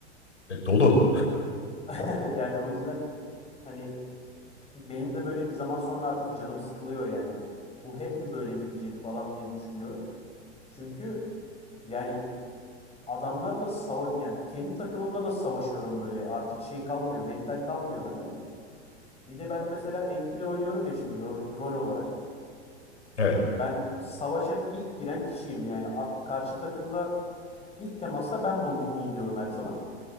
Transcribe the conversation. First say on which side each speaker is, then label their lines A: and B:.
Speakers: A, on the left (about 80°); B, on the left (about 20°).
A: E, dolu.
B: <laughs> Yani o yüzden hani Benim de böyle bir zaman sonra artık canım sıkılıyor yani. Bu hep mi böyle gidecek falan diye düşünüyorum. Çünkü yani adamlarla sava yani kendi takımımla da savaşıyorum böyle. Artık şey kalmıyor, mental kalmıyor bende. Bir de ben mesela entry oynuyorum ya şimdi rol, rol olarak.
A: Evet.
B: Ben savaşa ilk giren kişiyim yani A- karşı takımla ilk temasta ben bul- bulunuyorum her zaman.